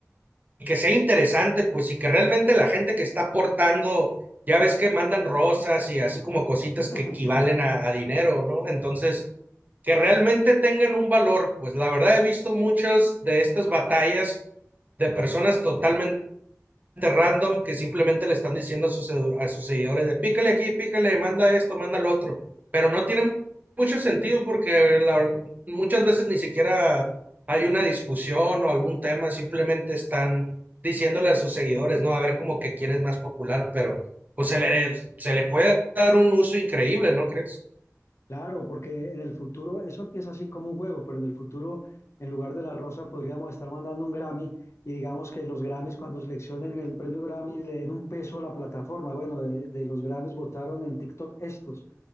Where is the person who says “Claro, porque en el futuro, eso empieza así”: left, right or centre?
Left